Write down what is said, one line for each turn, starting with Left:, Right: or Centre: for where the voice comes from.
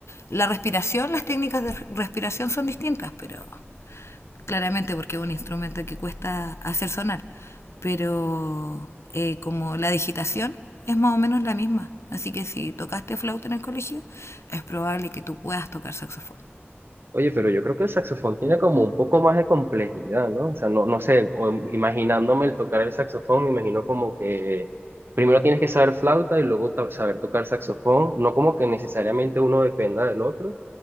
Left: la respiración las técnicas de respiración son distintas pero claramente porque es un instrumento que cuesta hacer sonar, pero eh, como la digitación es más o menos la misma. Así que si tocaste flauta en el colegio, es probable que tú puedas tocar saxofón.
Right: Oye, pero yo creo que el saxofón tiene como un poco más de complejidad, ¿no? O sea, no, no sé, o im- imaginándome el tocar el saxofón, me imagino como que primero tienes que saber flauta y luego ta- saber tocar saxofón, no como que necesariamente uno dependa del otro,